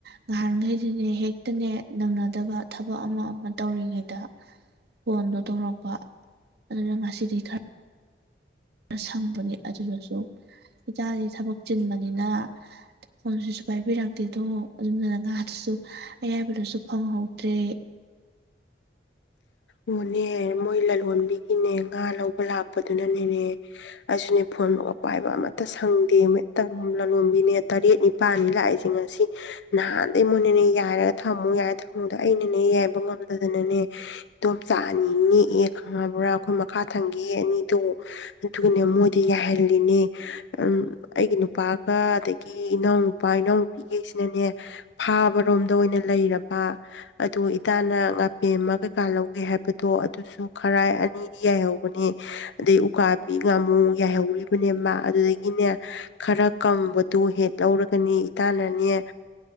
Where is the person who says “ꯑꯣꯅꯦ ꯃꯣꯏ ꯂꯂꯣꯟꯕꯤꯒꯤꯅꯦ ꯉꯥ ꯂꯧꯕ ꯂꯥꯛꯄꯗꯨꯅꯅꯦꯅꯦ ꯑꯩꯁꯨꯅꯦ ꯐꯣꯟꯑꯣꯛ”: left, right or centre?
Left